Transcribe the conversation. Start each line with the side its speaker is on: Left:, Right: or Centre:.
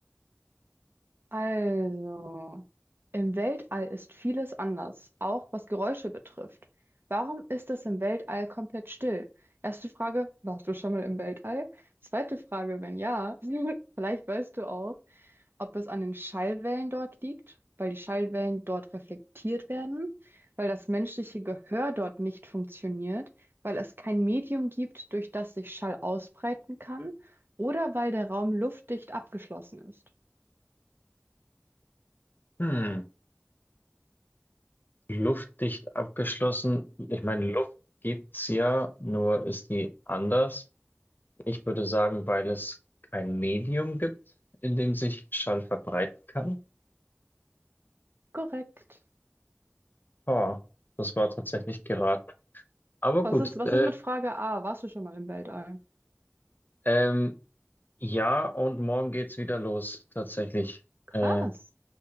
Right: Also, im Weltall ist vieles anders, auch was Geräusche betrifft. Warum ist es im Weltall komplett still? Erste Frage, warst du schon mal im Weltall? Zweite Frage, wenn ja, <laughs> vielleicht weißt du auch, ob es an den Schallwellen dort liegt, weil die Schallwellen dort reflektiert werden, weil das menschliche Gehör dort nicht funktioniert, weil es kein Medium gibt, durch das sich Schall ausbreiten kann, oder weil der Raum luftdicht abgeschlossen ist.
Left: Hm. Luftdicht abgeschlossen. Ich meine, Luft gibt's ja, nur ist die anders. Ich würde sagen, weil es kein Medium gibt, in dem sich Schall verbreiten kann.
Right: Korrekt.
Left: Ah, das war tatsächlich geraten. Aber
Right: Was
Left: gut,
Right: ist, was
Left: äh,
Right: ist mit Frage A? Warst du schon mal im Weltall?
Left: ähm, ja, und morgen geht's wieder los, tatsächlich.
Right: Krass.
Left: Äh,